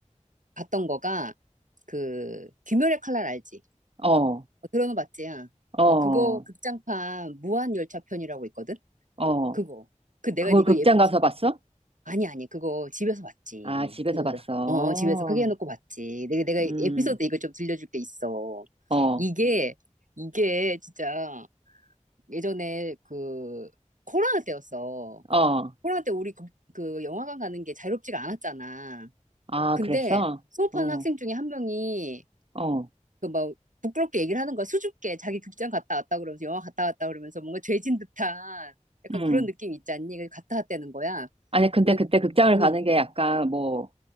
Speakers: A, on the right (about 80°); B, on the right (about 50°).
A: 봤던 거가 그 귀멸의 칼날 알지?
B: 어,
A: 어, 들어는 봤지야.
B: 어,
A: 어, 그거 극장판 무한열차 편이라고 있거든?
B: 어.
A: 그거. 그 내가
B: 그걸
A: 이거
B: 극장
A: 예쁘,
B: 가서 봤어?
A: 아니, 아니, 그거 집에서 봤지.
B: 아, 집에서
A: 집에서.
B: 봤어.
A: 어, 어, 집에서 크게 해놓고 봤지. 내가, 내가
B: 음,
A: 에피소드 이거 좀 들려줄 게 있어.
B: 어,
A: 이게, 이게 진짜 예전에 그 코로나 때였어.
B: 어.
A: 코로나 때 우리 그, 그 영화관 가는 게 자유롭지가 않았잖아.
B: 아,
A: 근데
B: 그랬어?
A: 수업하는
B: 어,
A: 학생 중에 한 명이
B: 어,
A: 그뭐 부끄럽게 얘기를 하는 거야. 수줍게 자기 극장 갔다 왔다 그러면서 영화 갔다 왔다 그러면서 뭔가 죄진 듯한 약간
B: 음.
A: 그런 느낌 있지 않니? 그래서 갔다 왔다는 거야.
B: 아니, 근데
A: 그리고
B: 그때 극장을
A: 뭐,
B: 가는
A: 음,
B: 게 약간 뭐,